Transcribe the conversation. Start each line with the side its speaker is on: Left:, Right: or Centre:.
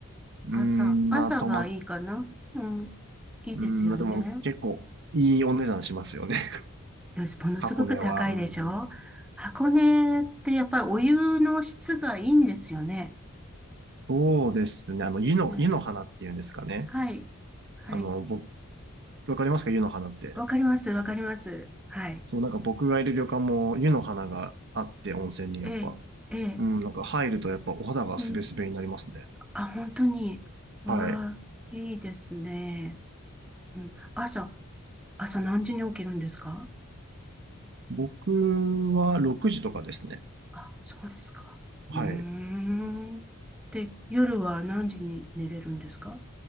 Right: ーん、
Centre: 朝、朝がいいかなうん。
Right: まあとま、
Centre: いいですよね。
Right: うーん、まあ、でも結構いいお値段しますよね。<laughs>
Centre: よし、ものすごく高いでしょ箱根ってやっぱりお湯の質がいいんですよね。
Right: 箱根は。うーん、そうですね。あの、湯の、
Centre: ね。
Right: 湯の花っていうんですかね。
Centre: はい。はい。
Right: あの、僕、わかりますか湯の花って。
Centre: わかります、わかります。はい。
Right: そう、なんか僕がいる旅館も湯の花があって温泉にやっぱ。
Centre: ええ、ええ。
Right: うん、なんか入るとやっぱお肌がすべすべになりますね。
Centre: うん。あ、本当に。わあ、
Right: はい。
Centre: いいですね。うん。朝、朝何時に起きるんですか
Right: 僕は6時とかですね。
Centre: あ、そうですか。
Right: はい。
Centre: うーん。で、夜は何時に寝れるんですか